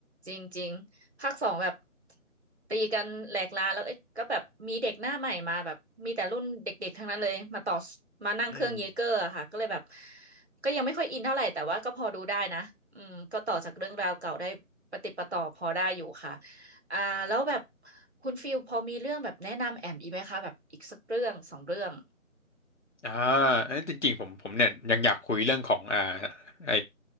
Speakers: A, on the right; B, on the left.
A: จริงจริงภาคสองแบบตีกันแหลกลาแล้วเอ้ยก็แบบมีเด็กหน้าใหม่มาแบบมีแต่รุ่นเด็กๆทั้งนั้นเลยมาต่อมานั่งเครื่องเยเกอร์อะค่ะก็เลยแบบ
B: อืม
A: ก็ยังไม่ค่อยอินเท่าไหร่แต่ว่าก็พอดูได้นะอืมก็ต่อจากเรื่องราวเก่าได้ปะติดปะต่อพอได้อยู่ค่ะอ่าแล้วแบบคุณฟิลพอมีเรื่องแบบแนะนำแอมอีกไหมคะแบบอีกสักเรื่องสองเรื่อง
B: อ่าเอ้ยจริงๆผมผมเนี่ยยังอยากคุยเรื่องของอ่าไอ